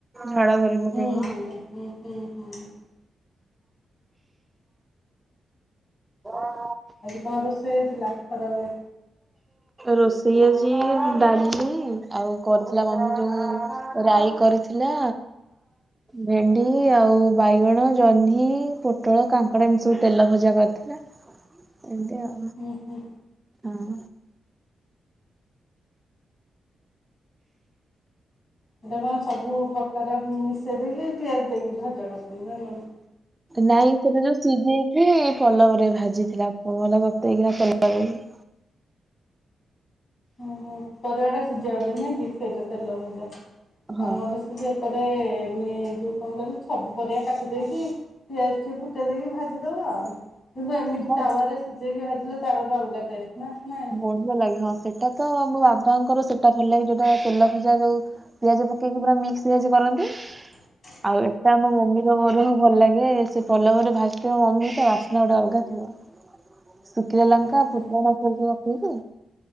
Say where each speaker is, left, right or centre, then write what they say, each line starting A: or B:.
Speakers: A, on the right; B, on the left.
A: ଝାଡା ଧରି ପକେଇବା।
B: ହୁଁ ହୁଁ ହୁଁ ହୁଁ ହୁଁ।
A: ହୁଁ
B: ଆଜି କଣ ରୋଷେଇ ହେଇଥିଲା? ଖରାବେଳେ?
A: ରୋଷେଇ ଆଜି ଡାଲି ଆଉ କରିଥିଲା ମାମି ଯୋଉ ରାଇ କରିଥିଲା। ଭେଣ୍ଡି ଆଉ ବାଇଗଣ ଜହ୍ନି ପୋଟଳ କାଙ୍କଡା ଏମିତି ସବୁ ତେଲ ଭଜା କରିଥି ଥିଲା ଏମିତି ଆଉ।
B: ହୁଁ ହୁଁ।
A: ହଁ।
B: ଏଇଟା କଣ ସବୁ ପ୍ରକାର ମିଶେଇ ଦେଇକି ପିଆଜ ଦେଇକି ଭାଜା କରୁଛନ୍ତି ନା ନୁ
A: ନାଇଁ ସେଟା ଯୋଉ ସିଝେଇକି ପଲବରେ ଭାଜିଥିଲା <unintelligible> କିନା ତେଲ ଦେଇକି ।
B: ଓହୋ ପରିବାଟା ସିଝି ଯାଉଥିବ ନାଇକି ସେଇଟା ତେଲ ଭଜା
A: ହଁ
B: ଆମର ସେ ଏପ ଏ ମି ଯୋଉ କଣ କିଲୁ ସବୁ ପରିଆ କା ଦେଇକି ପିଆଜଟେ ଫୁଟେଇ ଦେଇକି ଭାଜି ଦବୁ ଆଉ କିନ୍ତୁ ଏମିତି
A: ହଁ
B: ତାୱାରେ ସି ବି ଭାଜିଲେ ତାର ଗୋଟେ ଅଲଗା ଟେଷ୍ଟ। ନା ନାଇଁ।
A: ବୋଲ ଲାଗେ ହ ସେଟା ତ ଆମ ବାବାଙ୍କର ସେଇଟା ଭଲ ଲାଗେ ଯୋଉଟା ତେଲ ଭଜା ଯୋଉ ପିଆଜ ପକେଇକି ପୁରା ମିକ୍ସି ଭେଜ କରନ୍ତି।
B: ହଁ
A: ଆଉ ଏଟା ଆମ ମମିର ମୋର ଭଲ ଲାଗେ ସେ ପଲବରେ ଭାସିଥିବ ମମି ତା ବାସ୍ନା ଗୋଟେ ଅଲଗା ଥିବ। ଶୁଖିଲା ଲଙ୍କା
B: ହଁ ହଁ
A: ଫୁଟଣ <unintelligible> ଦେଇକି